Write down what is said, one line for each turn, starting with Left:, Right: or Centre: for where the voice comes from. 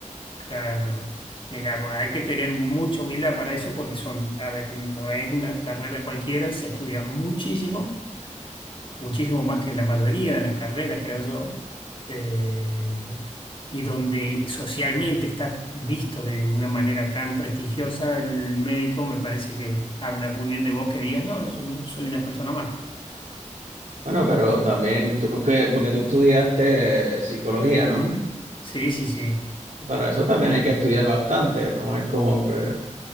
Left: Claro. Mira, bueno, hay que tener mucha humildad para eso porque son, a ver, no es una carrera cualquiera, se estudia muchísimo, muchísimo más que en la mayoría de las carreras, creo yo, eh, y donde socialmente está visto de una manera tan prestigiosa, el médico me parece que habla muy bien de vos que digas, no, yo, yo soy una persona más.
Right: Bueno, pero
Left: Por-
Right: también, tú- que- porque tú estudiaste psicología, ¿no?
Left: sí, sí, sí.
Right: Para eso también hay que estudiar bastante, no es como que,